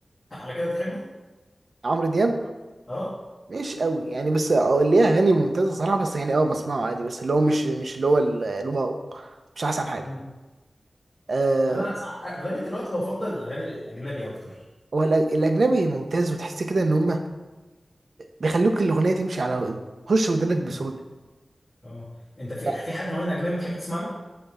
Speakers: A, on the left; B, on the right.
A: على كده بتحبه؟
B: عمرو دياب
A: اه
B: مش قوي يعني بس آه، ليه اغاني ممتازة صراحة بس يعني اه بسمعه عادي بس اللي هو مش مش اللي هو ال- الواو مش احسن حاجة
A: مم.
B: آه
A: انا سع- اغلبية الوقت بفضل الاغاني الاجنبي اكتر
B: هو الأج- الاجنبي ممتاز وتحس كده ان هم بيخلوك الاغنيه تمشي على تخش ودنك
A: مم.
B: بسهوله
A: اه انت في
B: لا
A: في حد معين اجنبي بتحب تسمع له؟